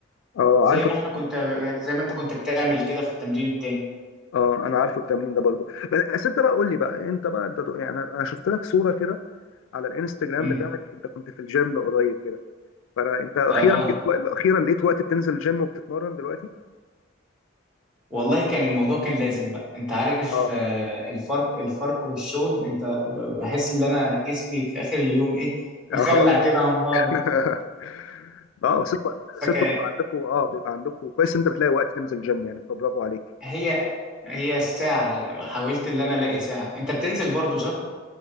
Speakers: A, on the left (about 80°); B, in the centre.
A: اه
B: زي
A: عارفه
B: ما احنا كنت زي ما انت كنت بتعمل كده في التمرين التاني
A: اه انا عارفه التمرين ده برضو بس انت بقى قول لي بقى انت بقى انت دو- يعني انا أنا شفت لك صوره كده على الانستجرام
B: امم
A: بتاعك انت كنت في الجيم قريب كده فانا انت اخيرا
B: اه
A: لقيت وقت- اخيرا لقيت وقت بتنزل الجيم وبتتمرن دلوقتي
B: والله كان الموضوع كان لازم بقى انت عارف
A: اه
B: آه، الفرق الفرق والشغل انت ب- بحس ان انا جسمي في اخر اليوم ايه مخلع
A: اه خلاص
B: كده
A: بقى
B: عن بعضه
A: <laughs> اه وست
B: فكان
A: ست بيبقى عندكم اه بيبقى عندكم كويس انت بتلاقي وقت تنزل جيم يعني فبرافو عليك
B: هي هي ساعة حاولت ان انا الاقي ساعة انت بتنزل برضو صح؟